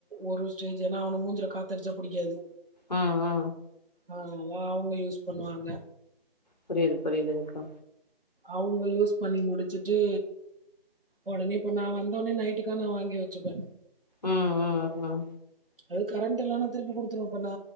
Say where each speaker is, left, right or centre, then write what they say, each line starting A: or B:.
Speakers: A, on the right; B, on the left.
A: ஒரு ஸ்டேஜ் ஏனா அவனை மூஞ்சல கா தெரிச்சா பிடிக்காது
B: ஆ ஆ
A: அதல்லா அவுங்க யூஸ் பண்ணுவாங்க
B: புரியுது புரியுதுங்க்கா
A: அவுங்க யூஸ் பண்ணி முடிச்சுட்டு உடனே இப்ப நா வந்தோனே நைட்டுக்கா நா வாங்கி வச்சுப்பே
B: ம் ம் ம்
A: அது கரண்ட் இல்லன்னா திருப்பி கொடுத்துருவே இப்ப நா